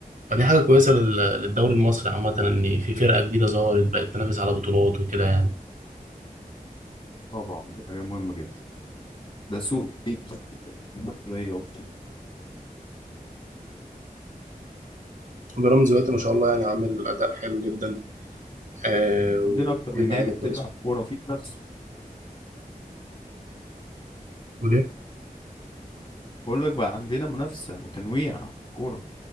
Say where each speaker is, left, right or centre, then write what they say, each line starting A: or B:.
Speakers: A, on the right; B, on the left.
A: فدي حاجة كويسة لل- للدوري المصري عامة ان في فرقة جديدة ظهرت بقت تنافس على بطولات وكده يعني
B: طبعا دي حاجه مهمه جدا ده سوق دي مصريه
A: بيراميدز دلوقتي ما شاء الله يعني عامل اداء حلو جدا آه وفي
B: عندنا اكتر من نادي
A: لعيبه
B: بتلعب
A: كويسه
B: كوره في منافسه
A: بتقول ايه
B: بقول لك بقى عندنا منافسه وتنويع في الكوره